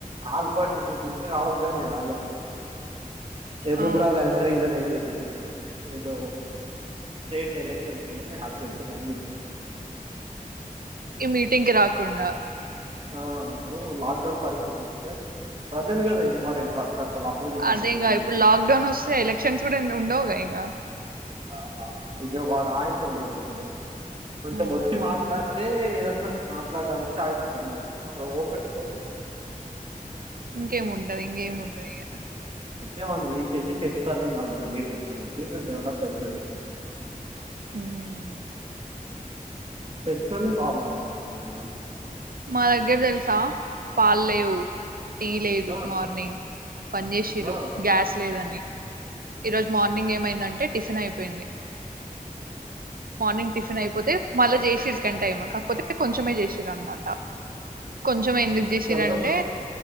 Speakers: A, on the right (about 40°); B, on the right (about 80°).
A: ఆల్ పార్టీ మీటింగ్కి రాహుల్ గాంధీ రాలే ఎందుకు
B: ఆ
A: రాలే అంటే రీజన్ ఏం చెప్పి ఏదో స్టేట్ లో ఎలక్షన్స్ ఉన్నాయి అటు వెళుతున్న అని చెప్పాడు
B: ఈ మీటింగ్కి రాకుండా
A: ఆ ఇప్పుడు లాక్డౌన్ పరిస్థితి వస్తే ప్రజలు కదా important first of all opposition
B: అదేగా
A: leader ఉన్నప్పుడు
B: ఇప్పుడు లాక్ డౌన్ వస్తే ఎలక్షన్స్ కూడా ఉండవుగా ఇగ
A: ఆహా విజయవాడ ఇట్ల పోతుండే
B: ఇంగా
A: కొంతమొచ్చి మాట్లాడితే <unintelligible> మాట్లాడానికి ఛాయిస్ ఉంటది అక్కడ ఊర్కనే పోతే
B: ఇంకేముంటది ఇంకేం ఉండదు ఇగ
A: అదే <unintelligible> చేస్తారు నాకు తెలీదు మ్మ్ మ్మ్ దే గద డెవలప్ అయితది ఇగ
B: మ్మ్
A: టస్న్ బా మాట్లాడుతుందిన్నారు
B: మా దగ్గర తెలుసా పాలు లేవు టీ లేదు
A: ఆ,
B: మార్నింగ్ పని చేసిరు
A: ఆ,
B: గ్యాస్ లేదని ఈ రోజు మార్నింగ్ ఏమైందంటే టిఫిన్ అయిపోయింది మార్నింగ్ టిఫిన్ అయిపోతే మళ్ళా చేసిరి సెకెండ్ టైమ్ కాకపోతే కొంచమే చేసిర అన్నమాట కొంచెం ఎందుకు చేసిరంటే
A: గా